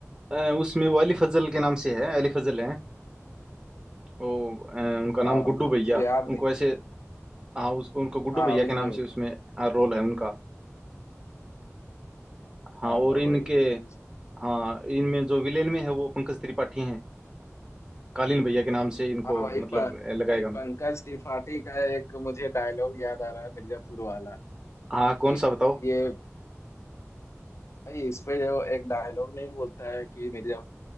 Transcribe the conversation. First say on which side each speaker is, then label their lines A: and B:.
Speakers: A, on the right (about 15°); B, on the left (about 60°).
A: अ, उसमें वो अली फजल के नाम से है अली फजल है वो अ, उनका
B: हाँ
A: नाम गुड्डू
B: मु-
A: भैया
B: मुझे याद
A: उनको
B: नहीं था
A: ऐसे हाँ उसको उनको गुड्डू
B: हाँ
A: भैया
B: अभी
A: के
B: नहीं
A: नाम
B: होगा
A: से उसमें रोल है उनका
B: हाँ
A: हाँ और इनके
B: भाई बिल्कुल
A: हाँ इनमें जो विलेन में है वो पंकज त्रिपाठी हैं कालीन भैया के नाम से इनको
B: हाँ भाई
A: मतलब
B: प, भाई
A: लगाएगा उनको
B: पंकज त्रिपाठी का एक मुझे डायलॉग याद आ रहा है मिर्जापुर वाला
A: हाँ
B: ये
A: कौन सा बताओ
B: ये भाई इसमें जो एक डायलॉग नहीं बोलता है कि मेरे जब